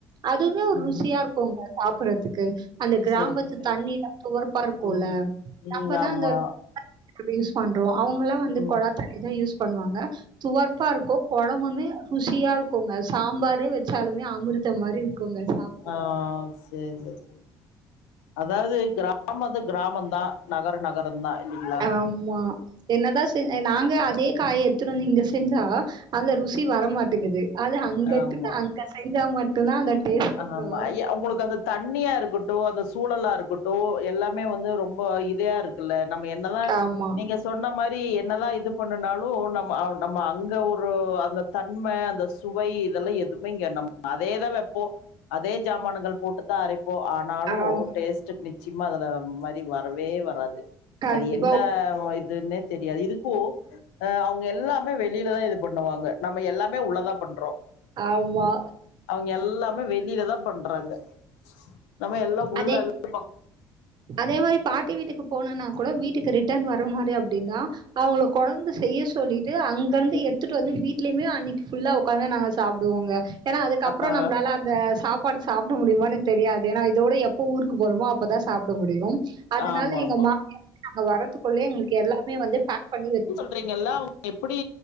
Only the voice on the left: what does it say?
ம்
சேரி சேரி
ம் ம்
ஆமா
ம்
ஆ சேரி சேரி சேரி அதாவ்து கிராம வந்து கிராமந்தா நகர நகரந்தா இல்லைங்களா
ஆமா
ஆமா
ஏ உங்களுக்கு அந்த தண்ணியா இருக்கட்டு அந்த சூழலா இருக்கட்டு எல்லாமே வந்து ரொம்ப இதையா இருக் கில்ல நம்ம என்ன தா
நீங்க சொன்ன மாரி என்னதா இது பண்ணுனாலு நம்ம நம்ம அங்கே ஒரு அந்த தன்ம அந்த சுவை இதெல்லா எதுவுமே இங்க நம்ம அதேதா வெப்போ அதே சாமான்கள் போட்டுதா அரைப்போ ஆனாலு
டேஸ்ட் சிம்ம அதுல மாரி வரவே வராது
அது என்ன இதுன்னே தெரியாது இதுக்கு அ அவுங்க எல்லாமே வெளியிலதா இது பண்ணுவாங்க நம்ம எல்லாமே உள்ளதா பண்றோ
அவுங்க எல்லாமே வெளியில தா பண்றாங்க நம்ம எல்லா உள்ள
எல்லா ப
ஆ
ஆமா
ஆமா
நீங்களா வந் எப்டி